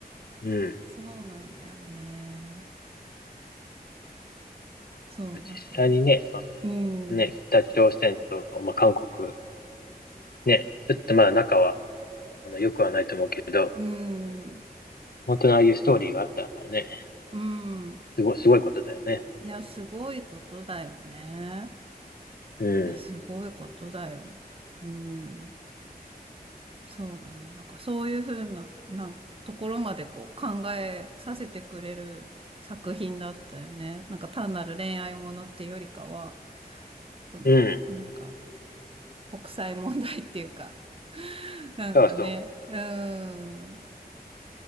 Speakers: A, on the left; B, on the right.
A: うん。
B: そうなんだよね。そう、
A: 実際にね、
B: だから、
A: まあ、
B: うん、
A: ね、
B: うん、
A: 北朝鮮と、まあ、韓国、ね、ちょっとまだ仲は、あの、良くはないと思うけど、
B: うん、
A: 本当のああいうストーリーがあったらね、
B: うん。
A: すごい、すごいことだよね。
B: いや、すごいことだよね。
A: うん。
B: いや、すごいことだよ。うん、そうだね。だから、そういうふうな、な、ところまでこう考えさせてくれる作品だったよね。なんか単なる恋愛ものっていうよりかは、その、
A: うん。
B: なんか、国際問題っていうか、<laughs> なんかね、
A: そうそう。
B: うん、